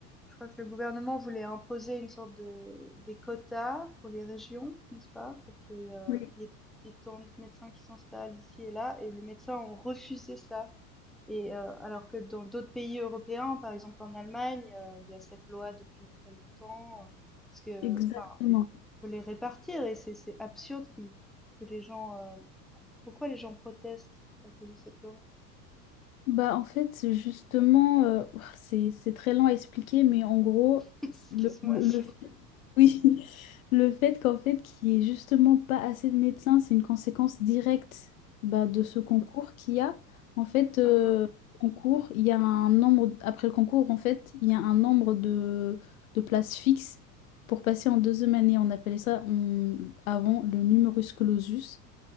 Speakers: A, in the centre; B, on the left.
A: je crois que le gouvernement voulait imposer une sorte de des quotas pour les régions, n'est-ce pas, pour qu'il y ait, euh,
B: Mhm.
A: il y ait des tant de médecins qui s'installent ici et là. Et les médecins ont refusé ça. Et heu, alors que dans d'autres pays européens, par exemple en Allemagne, heu, il y a cette loi depuis très longtemps, euh, Parce que,
B: Exactement.
A: enfin, faut les répartir et c'est c'est absurde qui que les gens, heu pourquoi les gens protestent à cause de cette loi?
B: Bah, en fait, c'est justement, euh, ouah, c'est c'est très lent à expliquer, mais en gros,
A: <laughs> Excuse-moi,
B: le, le,
A: je
B: le fait,
A: te
B: <laughs> oui, le fait qu'en fait, qu'il n'y ait justement pas assez de médecins, c'est une conséquence directe bah, de ce concours qu'il y a. En fait, euh,
A: Mmh mh,
B: concours, il y a un nombre, après le concours, en fait, il y a un nombre de, de places fixes pour passer en deuxième année. On appelait ça on- avant le numerus clausus.